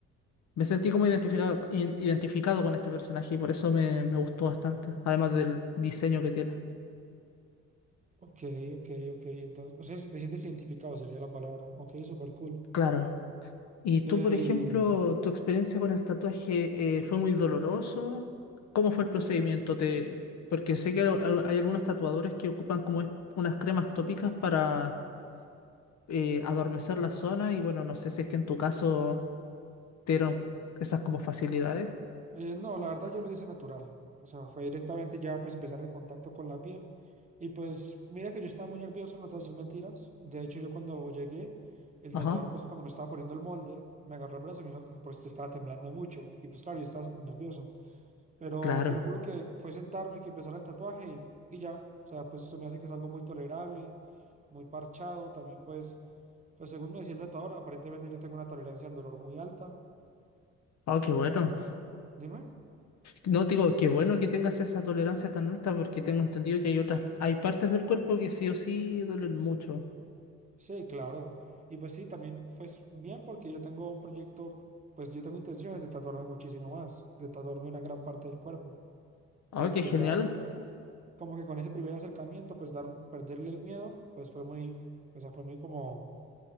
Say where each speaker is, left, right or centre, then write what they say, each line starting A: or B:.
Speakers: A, on the left (about 65°); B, on the right (about 25°).
A: me sentí como identificado, in- identificado con este personaje y por eso me, me gustó bastante, además del diseño que tiene.
B: Ok, ok, ok. Entonces, o sea, si te sientes identificado sería la palabra. Ok, súper cool.
A: Claro. ¿Y tú,
B: Eh,
A: por ejemplo, tu experiencia con el tatuaje eh, fue muy doloroso? ¿Cómo fue el procedimiento? ¿Te... Porque sé que al- al- hay algunos tatuadores que ocupan como est- unas cremas tópicas para eh, adormecer la zona y bueno, no sé si es que en tu caso te dieron esas como facilidades.
B: eh, no, la verdad yo lo hice natural. O sea, fue directamente ya pues empezar el contacto con la piel. Y pues mira que yo estaba muy nervioso, no te voy a decir mentiras. De hecho, yo cuando llegué, el
A: Ajá,
B: tatuador pues cuando me estaba poniendo el molde, me agarró el brazo y me dijo que pues te estaba temblando mucho. Y pues claro, yo estaba súper nervioso. Pero
A: claro.
B: te lo juro que fue sentarme que empezara el tatuaje y, y ya. O sea, pues se me hace que es algo muy tolerable, muy parchado. También, pues, pues según me decía el tatuador, aparentemente yo tengo una tolerancia al dolor muy alta.
A: Oh,
B: Ok.
A: qué bueno.
B: Dime.
A: No, te digo, qué bueno que tengas esa tolerancia tan alta porque tengo entendido que hay otras, hay partes del cuerpo que sí o sí duelen mucho.
B: Sí, claro. Y pues sí, también, pues bien, porque yo tengo un proyecto, pues yo tengo intenciones de tatuarme muchísimo más, de tatuarme una gran parte del cuerpo.
A: Oh,
B: Entonces,
A: qué
B: pues
A: genial,
B: ya, como que con ese primer acercamiento, pues dar, perderle el miedo, pues fue muy, o sea, fue muy como,